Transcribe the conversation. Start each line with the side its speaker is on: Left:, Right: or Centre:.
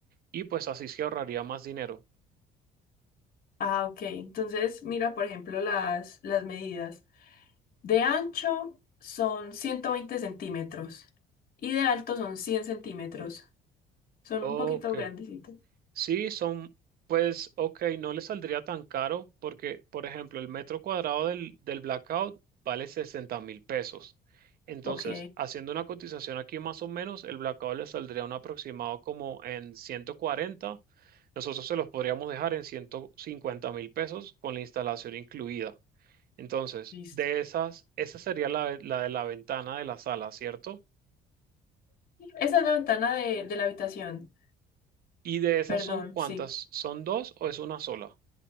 Right: y pues así se ahorraría más dinero.
Left: Ah, ok. Entonces, mira, por ejemplo, las, las medidas. De ancho son 120 centímetros y de alto son 100 centímetros. Son
Right: Ok.
Left: un poquito grandecitos.
Right: Sí, son, pues, ok, no le saldría tan caro porque, por ejemplo, el metro cuadrado del, del Blackout vale sesenta mil pesos. Entonces,
Left: Ok.
Right: haciendo una cotización aquí más o menos, el Blackout le saldría un aproximado como en 140. Nosotros se los podríamos dejar en ciento cincuenta mil pesos con la instalación incluida. Entonces,
Left: Listo.
Right: de esas, esa sería la, ve- la de la ventana de la sala, ¿cierto?
Left: Esa es la ventana de, de la habitación.
Right: ¿Y de esas
Left: Perdón,
Right: son cuántas?
Left: sí.
Right: ¿Son dos o es una sola?